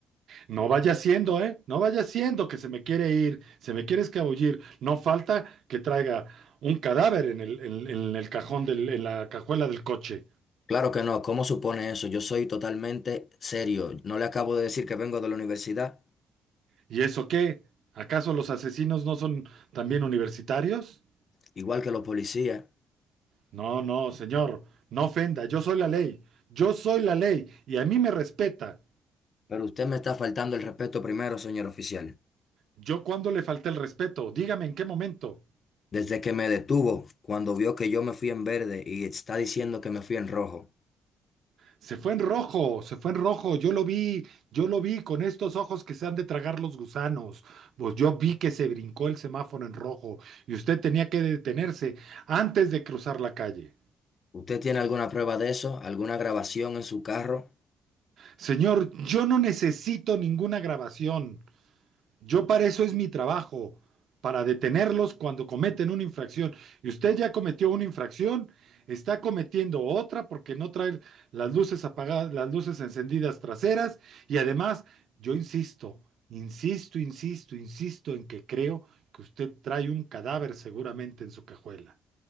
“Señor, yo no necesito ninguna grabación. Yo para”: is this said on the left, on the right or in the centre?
Right